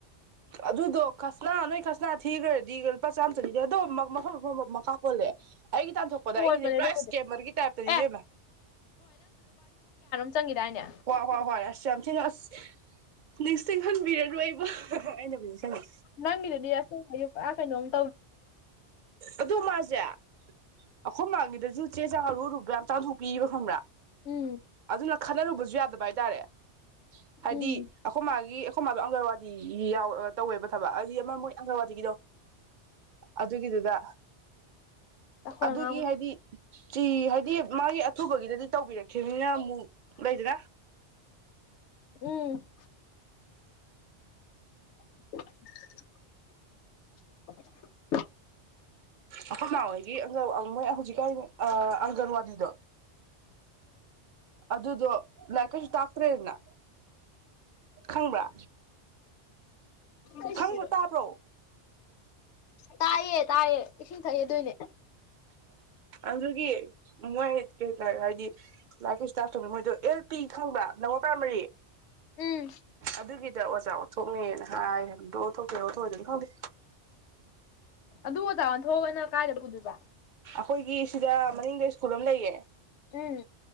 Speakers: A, on the right; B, on the left.
A: ꯑꯗꯨꯗꯣ ꯈꯁꯅꯥ ꯅꯣꯏ ꯈꯁꯅꯥ ꯊꯤꯒ꯭ꯔꯗꯤ ꯂꯨꯄꯥ ꯆꯥꯝꯃ ꯆꯅꯤꯗꯤ ꯑꯗꯣꯝ ꯃꯐꯝ ꯃꯐꯝ ꯃꯥ ꯃꯈꯥ ꯄꯣꯜꯂꯦ ꯑꯩꯒꯤ ꯇꯥꯟꯊꯣꯛꯄꯗꯥ
B: ꯀꯣꯟꯕꯅꯦ
A: ꯑꯩꯒꯤꯗꯤ ꯄꯨꯔꯥ
B: ꯑꯗꯨꯕꯨꯗꯤ
A: ꯁ꯭ꯀꯦꯃꯔꯒꯤ ꯇꯥꯏꯞꯇꯅꯤ ꯏꯕꯦꯝꯃ
B: ꯑꯦ ꯆꯪꯉꯤꯗꯥꯏꯅꯦ
A: ꯍꯣꯏ ꯍꯣꯏ ꯑꯁ ꯌꯥꯝ ꯊꯤꯅ ꯑꯁ ꯅꯤꯡꯁꯤꯡꯍꯟꯕꯤꯔꯅꯨ ꯑꯩꯕꯨ ꯑꯩꯅꯕꯨꯗꯤ ꯅꯤꯡꯁꯪꯉꯦ
B: ꯅꯪꯒꯤꯗꯨꯗꯤ ꯑꯁ ꯑꯌꯨꯛ ꯄꯨꯔꯥ ꯀꯩꯅꯣꯝꯅꯤ
A: ꯑꯗꯨ ꯃꯥꯖꯦ ꯑꯈꯣꯏ ꯃꯥꯥꯒꯤꯗꯥꯖꯨ ꯆꯦ ꯆꯥꯡ ꯑꯔꯨꯔꯨꯕ ꯌꯥꯝ ꯇꯥꯟꯊꯣꯛꯄꯤꯕ ꯈꯪꯕ꯭ꯔꯥ
B: ꯎꯝ
A: ꯑꯗꯨꯅ ꯈꯠꯅꯔꯨꯕꯖꯨ ꯌꯥꯗꯕ ꯍꯥꯏꯇꯥꯔꯦ ꯍꯥꯏꯗꯤ
B: ꯎꯝ
A: ꯑꯈꯣꯏ ꯃꯥꯒꯤ ꯑꯈꯣꯏ ꯃꯥꯗꯣ ꯑꯪꯒꯔꯋꯥꯗꯤꯒꯤ ꯌꯥꯎ ꯑꯥ ꯇꯧꯋꯦꯕ ꯊꯕꯛ ꯍꯥꯏꯗꯤ ꯑꯃ ꯃꯣꯏ ꯑꯪꯒꯔꯋꯥꯗꯤꯒꯤꯗꯣ ꯑꯗꯨꯒꯤꯗꯨꯗꯥ
B: ꯑꯩꯈꯣꯏ
A: ꯑꯗꯨꯒꯤ
B: ꯑꯉꯥꯡ
A: ꯍꯥꯏꯗꯤ ꯆꯤ ꯍꯥꯏꯗꯤ ꯃꯥꯒꯤ ꯑꯊꯨꯕꯒꯤꯗꯥꯗꯤ ꯇꯧꯕꯤꯔꯛ ꯈꯤꯃꯤꯅ ꯑꯃꯨꯛ ꯂꯩꯗꯅꯥ
B: ꯎꯝ <unintelligible>
A: ꯑꯈꯣꯏ ꯃꯥꯍꯣꯏꯒꯤ ꯑꯪꯒꯟ ꯑꯥ ꯃꯣꯏ ꯍꯧꯖꯤꯛꯀꯥꯟ ꯑꯥ ꯑꯪꯒꯟꯋꯥꯗꯤꯗꯣ ꯑꯗꯨꯗꯣ ꯂꯥꯏꯔꯤꯛ ꯀꯩꯖꯨ ꯇꯥꯛꯇ꯭ꯔꯦꯅ ꯈꯪꯕ꯭ꯔꯥ
B: ꯑꯩꯁꯤꯔꯣ
A: ꯈꯪꯕ꯭ꯔꯣ ꯇꯥꯕ꯭ꯔꯣ
B: ꯇꯥꯏꯌꯦ ꯇꯥꯏꯌꯦ ꯏꯁꯤꯡ ꯊꯛꯏ ꯑꯗꯨꯏꯅꯦ
A: ꯑꯗꯨꯒꯤ ꯃꯣꯏ ꯀꯩꯇꯥꯔꯦ ꯍꯥꯏꯗꯤ ꯂꯥꯏꯔꯤꯛ ꯀꯩꯁꯨ ꯇꯥꯛꯇ꯭ꯔꯥꯃꯦ ꯃꯣꯏꯗꯣ ꯑꯦꯜ ꯄꯤ ꯈꯪꯕ꯭ꯔꯥ ꯂꯥꯋꯔ ꯄ꯭ꯔꯥꯏꯃꯔꯤ
B: ꯎꯝ
A: ꯑꯗꯨꯒꯤꯗꯥ ꯑꯣꯖꯥ ꯑꯣꯟꯊꯣꯛꯅꯤꯅ ꯍꯥꯏ ꯍꯥꯏꯕ ꯗꯣ ꯑꯣꯟꯊꯣꯛꯇꯣꯏꯔꯥ ꯑꯣꯟꯊꯣꯛꯑꯣꯏꯗꯣꯏꯔꯥꯗꯤ ꯈꯪꯗꯦ
B: ꯑꯗꯨ ꯑꯣꯖꯥ ꯑꯣꯟꯊꯣꯛꯑꯒꯥꯅ ꯀꯥꯏꯗꯥ ꯄꯨꯗꯣꯏꯕ
A: ꯑꯈꯣꯏꯒꯤ ꯁꯤꯗꯥ ꯃꯅꯤꯡꯗꯥ ꯁ꯭ꯀꯨꯜ ꯑꯃ ꯂꯩꯌꯦ
B: ꯎꯝ